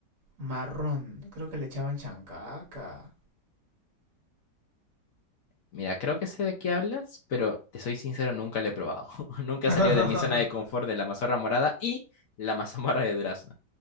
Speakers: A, on the right (about 65°); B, on the left (about 60°).
A: marrón, creo que le echaban chancaca.
B: Mira, creo que sé de qué hablas, pero te soy sincero, nunca la he probado. <laughs> Nunca
A: <laughs>
B: he salido de mi zona de confort de la mazorra morada y la mazamorra de durazno.